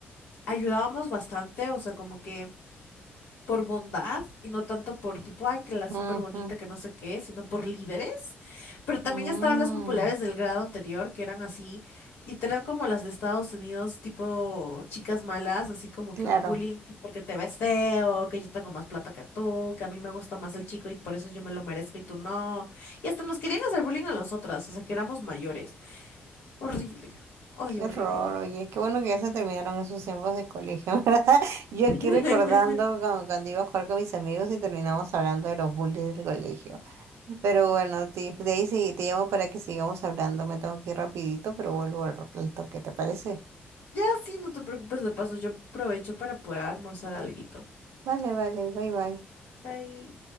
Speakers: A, on the left; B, on the right.
A: ayudábamos bastante, o sea, como que por bondad y no tanto por tipo, ay, que la súper
B: Ujú,
A: bonita, que no sé qué, sino por líderes. Pero también
B: ujú.
A: estaban las populares del grado anterior, que eran así, literal como las de Estados Unidos, tipo chicas malas, así como
B: Claro,
A: que un bullying que porque te ves feo, que yo tengo más plata que tú, que a mí me gusta más el chico y por eso yo me lo merezco y tú no. Y hasta nos querían hacer bullying a nosotras, o sea, que éramos mayores. Horrible. Ay,
B: qué
A: horrible.
B: horror, oye, qué bueno que ya se terminaron esos tiempos de colegio, <laughs> ¿verdad? Yo
A: <laughs>
B: aquí recordando cuando, cuando iba a jugar con mis amigos y terminamos hablando de los bullies del colegio. Pero bueno, Tiff, Daisy, te llamo para que sigamos hablando, me tengo que ir rapidito, pero vuelvo al, al toque, ¿te parece?
A: Ya sí, no te preocupes, de paso yo aprovecho para poder almorzar algo.
B: Vale, vale, bye bye.
A: Bye.